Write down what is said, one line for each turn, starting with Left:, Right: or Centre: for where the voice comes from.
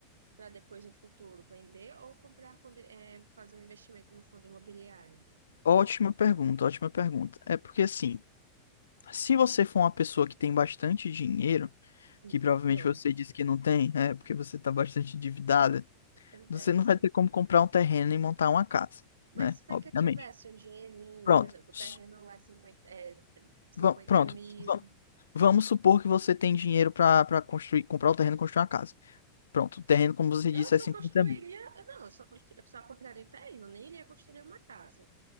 Right: Para depois no futuro vender ou comprar fundo, é, fazer um investimento no fundo imobiliário.
Left: Ótima pergunta, ótima pergunta. É porque assim, se você for uma pessoa que tem bastante dinheiro,
Right: Então,
Left: que provavelmente
Right: não,
Left: você disse que não tem, é porque você está bastante endividada,
Right: acontece.
Left: você não vai ter como comprar um terreno e montar uma casa,
Right: Mas
Left: né?
Right: se
Left: Obviamente.
Right: é que eu tivesse um dinheirinho,
Left: Pronto.
Right: por exemplo,
Left: su-
Right: o terreno lá é 50, é, 50
Left: va- Pronto.
Right: mil,
Left: va- Vamos supor que você tem dinheiro para para construir, comprar o terreno e construir uma casa. Pronto, o terreno, como você
Right: eu
Left: disse,
Right: só
Left: é 50
Right: construiria,
Left: mil.
Right: não, eu só, constru- eu só compraria o terreno, nem iria construir uma casa.